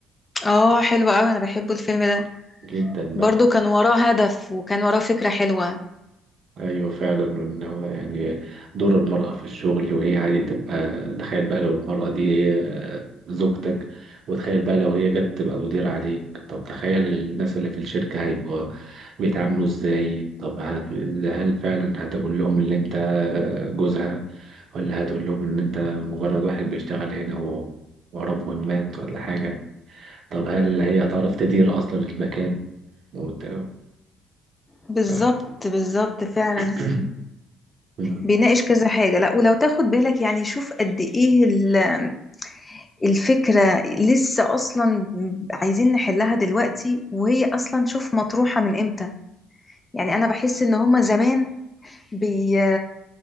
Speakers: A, on the left (about 25°); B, on the right (about 55°).
A: اه حلو قوي انا بحبه الفيلم ده
B: جدا
A: برضو
B: بقى
A: كان وراه هدف وكان وراه فكرة حلوة
B: ايوه فعلا ان هو يعني دور المرأة في الشغل وهي عادي تبقى تخيل بقى لو المرأة دي هي زوجتك وتخيل بقى لو هي جت تبقى مدير عليك طب تخيل الناس اللي في الشركة هيبقوا بيتعاملوا ازاي طب هت- هل فعلا هتقول لهم اللي انت جوزها ولا هتقول لهم ان انت مجرد واحد بيشتغل هنا و- وراه مهمات ولا حاجة طب هل هي هتعرف تدير اصلا المكان وت-
A: بالظبط
B: ف-
A: بالظبط فعلا
B: <coughs> <clears throat>
A: بيناقش كذا حاجة لا ولو تاخد بالك يعني شوف قد ايه ال- الفكرة لسه اصلا عايزين نحلها دلوقتي وهي اصلا شوف مطروحة من امتى يعني انا بحس ان هما زمان بي